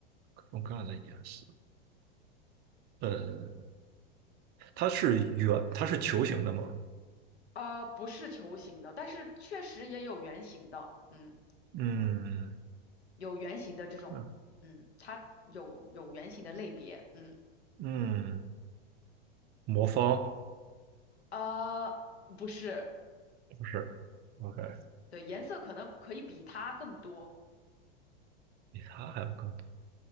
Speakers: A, on the right; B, on the left.
A: 各种各样的颜色。呃，它是圆，它是球形的吗？
B: 呃，不是球形的，但是确实也有圆形的，嗯，
A: 嗯
B: 有圆形的这种，
A: 嗯
B: 嗯，它有有圆形的类别，嗯。
A: 嗯，魔方
B: 啊，不是，
A: 不是。OK，
B: 对，颜色可能可以比它更多，
A: 比它还要更多，